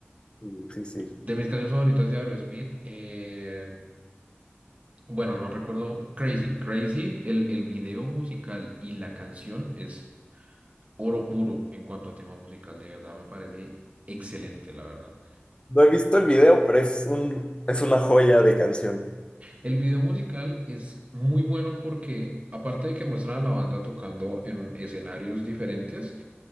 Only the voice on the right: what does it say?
De mis canciones favoritas de Aerosmith, eh, bueno, no recuerdo. Crazy, Crazy, el, el video musical y la canción es oro puro en cuanto a tema musical. De verdad, me parece excelente, la verdad.
El video musical es muy bueno porque, aparte de que muestra a la banda tocando en escenarios diferentes,